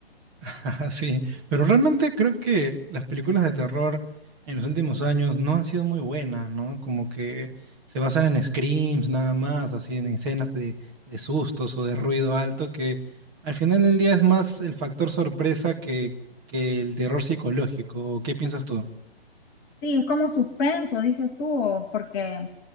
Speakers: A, on the right; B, on the left.
A: <laughs> Ajá, Sí, pero realmente creo que las películas de terror en los últimos años no han sido muy buenas, ¿no? Como que se basan en screams nada más, así en escenas de, de sustos o de ruido alto, que al final del día es más el factor sorpresa que, que el terror psicológico. ¿o ¿Qué piensas tú?
B: Sí, es como suspenso, dices tú, o porque